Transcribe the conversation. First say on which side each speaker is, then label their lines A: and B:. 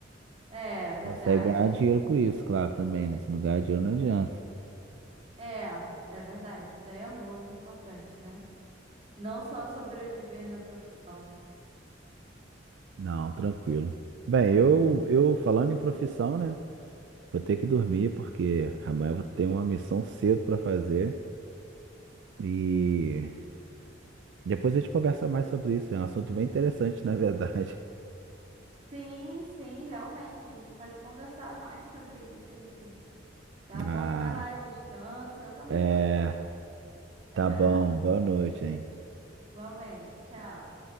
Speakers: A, on the right; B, on the right.
A: É, verdade.
B: Consegue ganhar
A: <laughs>
B: dinheiro com isso, claro, também, né? Se não ganhar dinheiro, não adianta.
A: É, é verdade. Isso daí é muito importante, né? Não só sobreviver na profissão.
B: Não, tranquilo. Bem, eu, eu falando em profissão, né? Vou ter que dormir, porque amanhã eu vou ter uma missão cedo para fazer. E depois a gente conversa mais sobre isso. É um assunto bem interessante, <laughs> na verdade.
A: Sim, sim, realmente. A gente pode conversar mais sobre isso aí, sim. Tá bom?
B: Ah.
A: Vai lá, descansa. Eu também
B: É,
A: vou daqui a pouco. <laughs>
B: Tá bom, boa noite, hein?
A: Igualmente. Tchau.